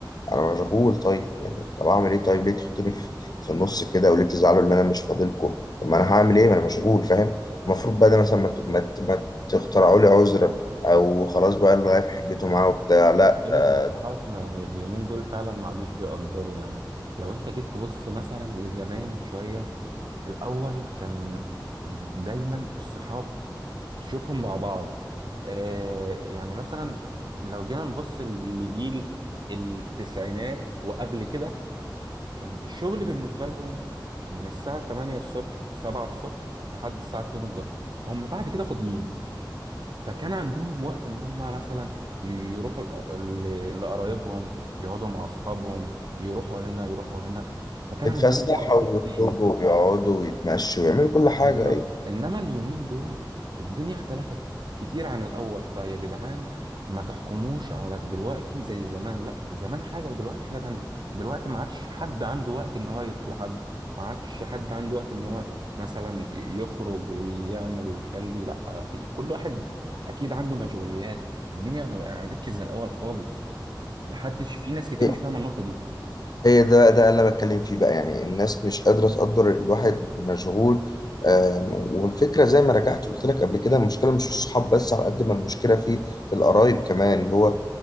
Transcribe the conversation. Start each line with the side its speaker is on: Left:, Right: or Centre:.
Left: انا مشغول طيب يعني طب اعمل ايه طيب ليه تحطوني في, في النص كده وليه تزعلوا ان انا مش فاضلكم طب ما انا هعمل ايه ما انا مشغول فاهم المفروض بقى ده مثلا ما, ت- ما, ت- ما تخترعوا لي عذر او خلاص بقى اللي غايب حجته معاه وبتاع
Right: مشكلة
Left: لا ده
Right: الصحاب يعني اليومين دول فعلا ما عادوش بيقدروا يعني لو انت جيت تبص مثلا لزمان شوية الأول كان دايما الصحاب تشوفهم مع بعض آه يعني مثلا لو جينا نبص لجيل التسعينات وقبل كده كان الشغل بالنسبة لهم من الساعة 8 الصبح 7 الصبح لحد الساعة 2 الظهر هم بعد كده فاضيين فكان عندهم وقت ان هم مثلا ي- يروحوا لق- ل- لقرايبهم يقعدوا مع اصحابهم يروحوا هنا يروحوا هنا فكان
Left: يتفسحوا
Right: عندهم وقت
Left: ويخرجوا
Right: كتير
Left: ويقعدوا ويتمشوا ويعملوا كل حاجه
Right: بالظبط انما اليومين دول الدنيا اختلفت كتير عن الاول فيا جدعان ما تحكموش على دلوقتي زي زمان لا زمان حاجه ودلوقتي حاجه تانية دلوقتي ما عادش حد عنده وقت ان هو يروح لحد ما عادش حد عنده وقت ان هو مثلا يخرج ويعمل ويخلي لا في كل واحد اكيد عنده مشغوليات الدنيا ما عادتش زي الاول خالص محدش في ناس كتير
Left: ايه
Right: مش فاهمه النقطه دي
Left: هي ده بقى ده اللي انا بتكلم فيه بقى يعني الناس مش قادره تقدر الواحد مشغول آم، والفكره زي ما رجعت قلت لك قبل كده المشكله مش في الصحاب بس على قد ما المشكله في القرايب كمان اللي هو